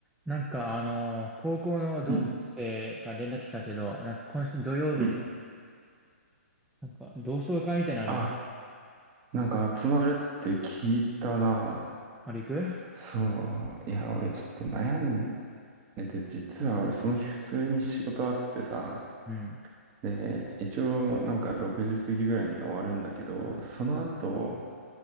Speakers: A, in the centre; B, on the right.
A: なんかあのー高校の同級生が連絡来たけど、
B: うん。
A: なんか今週土曜日さ、
B: うん
A: なんか同窓会みたいなのあるよ。
B: あ、なんか集まるって聞いたな。
A: あれ行く
B: そう。いや、俺ちょっと悩んでて、実は俺その日普通に仕事あってさ。
A: うん。
B: で、一応なんか6時過ぎぐらいに終わるんだけど、その後、